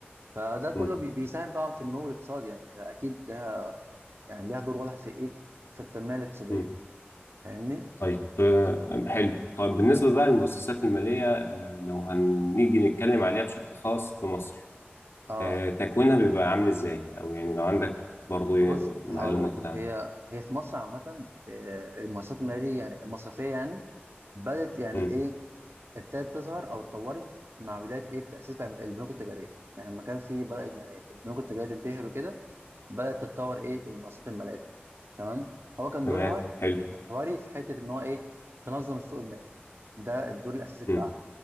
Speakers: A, on the right (about 75°); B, on the left (about 75°).
A: فده كله
B: مم.
A: بي- بيساهم طبعا في النمو الاقتصادي يعني اكيد ده يعني ليها دور واضح في ايه في التنميه الاقتصاديه
B: مم.
A: فاهمني
B: طيب آه، حلو طيب بالنسبة بقى للمؤسسات المالية آه، لو هنيجي نتكلم عليها بشكل خاص في مصر
A: اه
B: آه، تكوينها بيبقى عامل ازاي او يعني لو عندك برضه ايه
A: بص هقول
B: معلومة
A: لك
B: كده
A: هي
B: عنها
A: هي في مصر عامة آه، المؤسسات المالية دي يعني المصرفية يعني بدأت يعني
B: مم.
A: إيه ابتدت تظهر أو اتطورت مع بداية إيه تأسيس بقى البنوك التجارية يعني لما كان في بدأت يعني البنوك التجارية تنتشر وكده بدأت تتطور إيه المؤسسات المالية دي تمام هو كان
B: تمام
A: دورها
B: حلو
A: محوري في حتة إن هو إيه تنظم السوق المالي ده الدور الأساسي بتاعها
B: مم.